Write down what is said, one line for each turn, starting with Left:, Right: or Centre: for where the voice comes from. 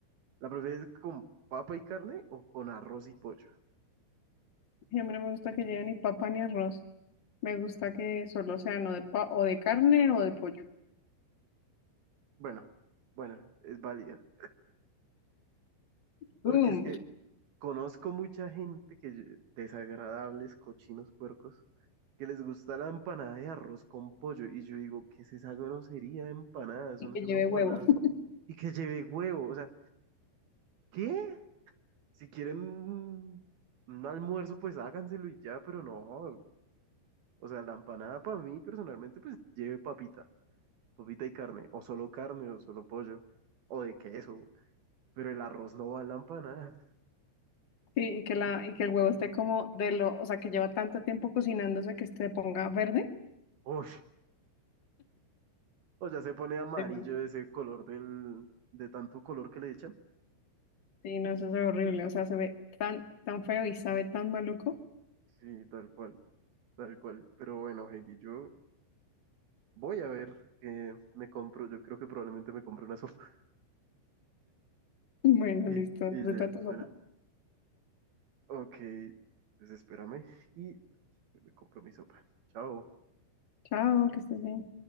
Right: ¿La prefieres con papa y carne o con arroz y pollo?
Left: Y a mí no me gusta que lleve ni papa ni arroz. Me gusta que solo sea no de pa o de carne o de pollo.
Right: Bueno, bueno, es válida.
Left: ¡Boom!
Right: Porque es que Conozco mucha gente que ll- desagradables, cochinos, puercos, que les gusta la empanada de arroz con pollo. Y yo digo, ¿qué es esa grosería de empanada? Eso
Left: Y
Right: no
Left: que
Right: es
Left: lleve
Right: una empanada.
Left: huevo. <laughs>
Right: Y que lleve huevo. O sea, ¿qué? Si quieren un un almuerzo, pues háganselo y ya, pero no. O sea, la empanada para mí personalmente, pues lleve papita, papita y carne, o solo carne, o solo pollo, o de queso. Pero el arroz no va en la empanada.
Left: Sí, y que la, y que el huevo esté como de lo, o sea, que lleva tanto tiempo cocinándose que se ponga verde.
Right: Uy. O sea, se pone amarillo
Left: Pero,
Right: ese color del, de tanto color que le echan.
Left: sí, no, eso es horrible. O sea, se ve tan, tan feo y sabe tan maluco. <laughs>
Right: Sí, tal cual, tal cual. Pero bueno, Heidi, yo voy a ver qué me compro. Yo creo que probablemente me compre una sopa. <laughs>
Left: Bueno,
Right: Y,
Left: listo.
Right: y
Left: Disfruta
Right: ya,
Left: tu sopa.
Right: bueno. Ok, pues espérame y me compro mi sopa. Chao.
Left: Chao, que estés bien.